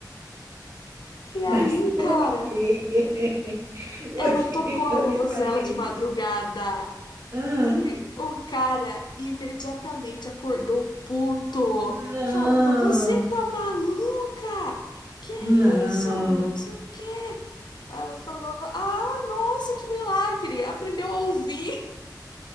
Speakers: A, on the left (about 80°); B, on the right (about 45°).
A: E
B: Mas
A: aí,
B: por
A: cara,
B: quê? <laughs> Por
A: ela
B: que
A: tocou
B: que
A: a
B: alguém
A: vuvuzela
B: faria
A: de
B: isso?
A: madrugada.
B: Ah,
A: E o cara imediatamente acordou puto,
B: não,
A: falando: Você tá maluca? Que é
B: não.
A: isso? Não sei o quê. Aí Ela falou: Ah, nossa, que milagre! Aprendeu a ouvir.